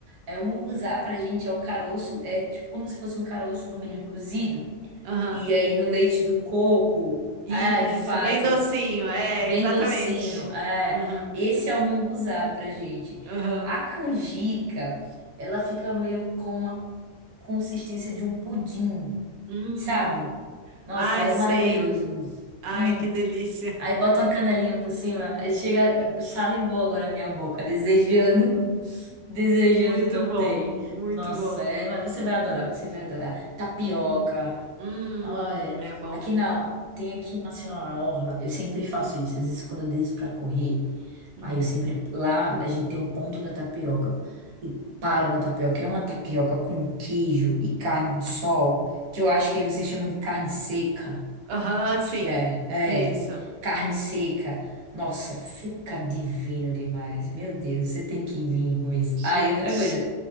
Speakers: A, on the right; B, on the right.
A: É, o munguzá pra gente é o caroço, é tipo como se fosse um caroço do milho cozido,
B: aham.
A: e aí no leite do coco,
B: Isso,
A: ah, de fato,
B: bem docinho. É,
A: bem
B: exatamente.
A: docinho, é,
B: Aham,
A: esse é o munguzá pra gente.
B: aham.
A: A canjica, ela fica meio com uma consistência de um pudim,
B: Hum.
A: sabe? Nossa,
B: Ai,
A: é
B: sei.
A: maravilhoso.
B: Ai,
A: Hum.
B: que delícia.
A: Aí bota uma canelinha por cima. aí Chega,
B: <laughs>
A: salivou agora a minha boca, desejando, <laughs> desejando
B: Muito
A: e não
B: bom,
A: tem.
B: muito
A: Nossa,
B: bom.
A: é, mas você vai adorar, você vai adorar. Tapioca.
B: Hum,
A: Ah, é.
B: é bom.
A: Aqui na, tem aqui em Maceió na Orla, eu sempre faço isso. Às vezes quando eu desço pra correr,
B: Uhum,
A: aí eu sempre, lá a gente tem um ponto da tapioca. E paro na tapioca. É uma tapioca com queijo e carne
B: uhum.
A: de sol, que eu acho
B: uhum.
A: que aí vocês chamam de carne seca.
B: Aham, sim.
A: Acho que é. É.
B: Isso.
A: Carne seca. Nossa, fica divino demais.
B: Hum,
A: Meu Deus, você tem que vir com isso.
B: Gente,
A: Ah, e outra coisa.